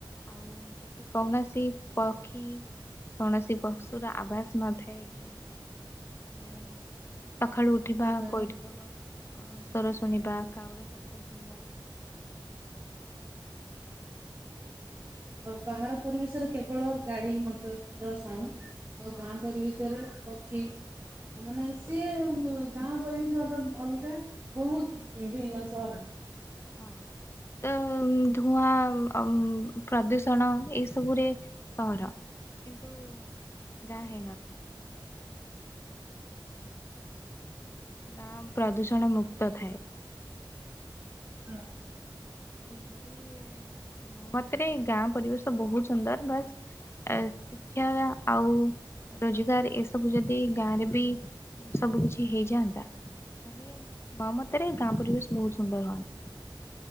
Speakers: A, on the left (about 30°); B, on the right (about 30°).
A: ଆଉ ସେଠି କୌଣସି ପକ୍ଷୀ କୌଣସି ପଶୁର ଆଭାସ ନଥାଏ କି ଏ ସଖାଳୁ ଉଠିବା
B: ହଁ।
A: କୋଇଲି ଯୋଗ ଅ ସ୍ୱର ଶୁଣିବା କାଉର ଶବ୍ଦ ଶୁଣିବା
B: ବାହାର ପରିବେଶରେ କେବଳ ଗାଡି ମଟରର ସାଉଣ୍ଡ ଆଉ
A: ହଁ
B: ଗାଁ ପରିବେଶରେ ପକ୍ଷୀ ମାନେ ସିଏ ଗାଁ କହିବି ସେ ଗୋଟେ ଅଲଗା, ବହୁତ ଭିନ୍ନ ସହରରେ
A: ହଁ ତ ଧୁଆଁ ଅ ପ୍ରଦୂଷଣ ଏସବୁରେ ସହର କିନ୍ତୁ ଗାଁ ହେଇନଥାଏ। ଗାଁ ପ୍ରଦୂଷଣ ମୁକ୍ତ ଥାଏ।
B: ହଁ ସେ
A: ସେଭଳି ମୋ ମତରେ ଗାଁ ପରିବେଶ ତ ବହୁତ ସୁନ୍ଦର ବାସ୍ ଆ ଶିକ୍ଷାର ଆଉ ରୋଜଗାର ଏସବୁ ଯଦି ଗାଁ ରେ ବି ସବୁ କିଛି ହେଇଯାଆନ୍ତା ତାଲେ ମୋମତରେ ଗାଁ ପରିବେଶ ବହୁତ ସୁନ୍ଦର ହୁଅନ୍ତା।